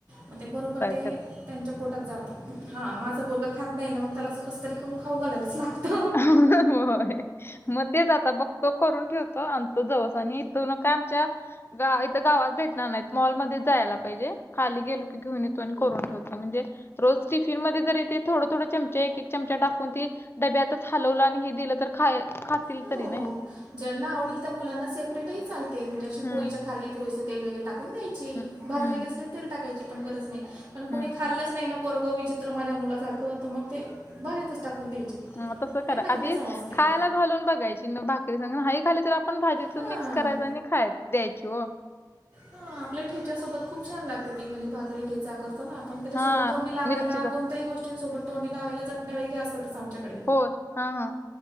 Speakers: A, on the right (about 55°); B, on the left (about 30°).
A: मग ते बरोबर ते
B: तर
A: त्यांच्या पोटात जातो. हा माझं पोरगं खात नाही ना मग त्याला असं कसतरी खाऊ खाऊ घालायलाच लागत.
B: होय. मग तेच आता बघतो करून ठेवतो आणतो जवस आणि इथ का आमच्या गा इथं गावात भेटणार नाहीत मॉलमध्ये जायला पाहिजे खाली गेलो घेऊन येतो आणि करून ठेवतो म्हणजे रोज टिफिन मध्ये जरी ते थोडं थोडं चमचा एक-एक चमचा टाकून ते डब्यातच हलवलं आणि हे दिलं तर खा खातील
A: हो.
B: तरी नाही.
A: ज्यांना आवडेल त्या मुलांना सेपरेटही चालते म्हणजे अशी
B: हम्म
A: पोळीच्या खाली थोडसं तेल वगैरे. टाकून द्यायची
B: हम्म
A: भाजलेली
B: हम्म
A: अस तेल टाकायची पण गरज नाही पण कोणी
B: हम्म
A: खाल्लंच नाही पोरग विचि त्र माझ्या मुलासारखं होतं मग ते भाजीतच टाकून द्यायचे
B: मग तसं करा
A: त्यांना
B: आधी
A: कुठे समजते.
B: खायला घालून बघायची भाकरी संग न्हाई खाली तर आपण भाजीतून
A: हां.
B: मिक्स करायच आणि खाया द्याय च ओ!
A: हा आपल्या ठेच्यासोबत खूप छान लागते ती म्हणजे भाकरी ठेचा करतो ना आप पण त्याच्यासोबत
B: हा
A: तोंडी लावायला
B: मिरचीचा
A: कोणत्याही गोष्टींसोबत तोंडी लावायला चटण्या वैगैर असातच आमच्याकडे
B: हो, हा हा.